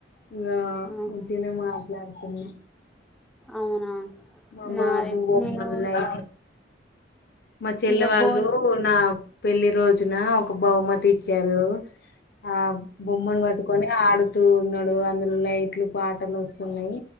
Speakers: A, on the left; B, in the centre.
A: ఇగా
B: ఆహా
A: ఉత్తినే మాట్లాడుతున్నా
B: అవునా
A: మా
B: నాది
A: బాబు బొమ్మలు
B: నేను
A: ఇట్లా మా చెల్లె
B: ఇక
A: వాళ్ళు
B: బోల్
A: నా పెళ్లి రోజున ఒక బహుమతి ఇచ్చారు ఆ బొమ్మను పట్టుకొని ఆడుతూ ఉన్నాడు అందులో లైట్లు పాటలు వస్తున్నాయ్